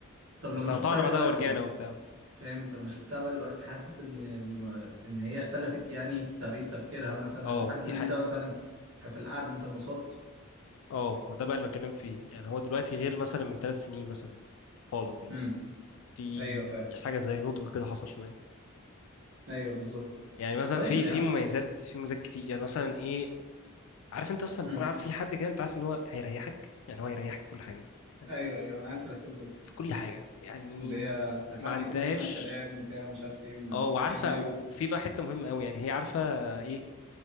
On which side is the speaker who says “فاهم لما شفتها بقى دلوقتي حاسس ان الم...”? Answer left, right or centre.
Right